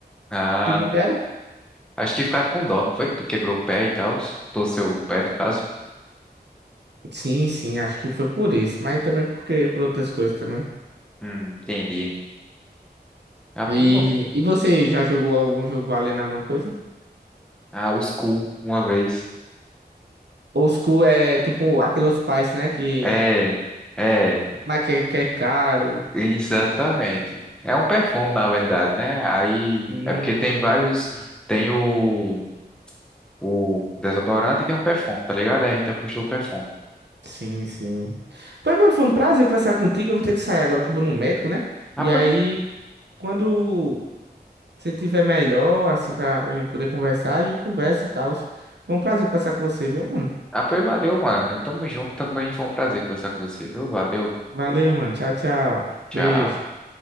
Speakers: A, in the centre; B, on the right.
A: Ah,
B: Que me deram.
A: acho que ficaram com dó, não foi? Que tu quebrou o pé e tal. Torceu o pé, no caso.
B: Sim, sim, acho que foi por isso, mas também porque por outras coisas também.
A: Hum, entendi. Ah, pois
B: E,
A: não.
B: e você já jogou algum jogo valendo alguma coisa?
A: Ah, os cu, uma vez.
B: Old School é tipo aqueles pais, né? Que,
A: É, é,
B: mas que, que é caro.
A: exatamente. É um perfume, na verdade, né? Aí
B: Hum,
A: é porque tem vários. Tem o, o desodorante e tem o perfume, tá ligado? Aí a gente apostou o perfume.
B: sim, sim. Pois, mano, foi um prazer conversar contigo. Eu vou ter que sair agora que eu vou no médico, né?
A: Ah,
B: E
A: pois,
B: aí, quando você tiver melhor, assim, pra, pra gente poder conversar, a gente conversa e tal. Foi um prazer conversar com você, viu, mano?
A: ah, pois valeu, mano. Tamo junto também. Foi um prazer conversar com você, viu? Valeu.
B: Valeu, mano. Tchau, tchau.
A: Tchau.
B: Beijo.